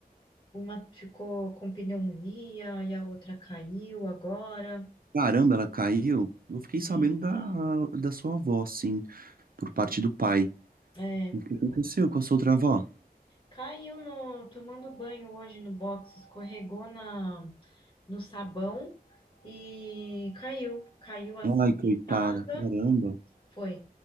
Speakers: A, on the left; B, on the right.
A: uma ficou com pneumonia e a outra caiu agora?
B: Caramba, ela caiu? Eu fiquei
A: Sim,
B: sabendo da,
A: sim.
B: da sua avó, sim, por parte do pai.
A: É,
B: O que aconteceu com a sua outra avó?
A: caiu no, tomando banho hoje no box, escorregou na, no sabão e caiu, caiu assim
B: Ai, coitada,
A: sentada.
B: caramba.
A: Foi.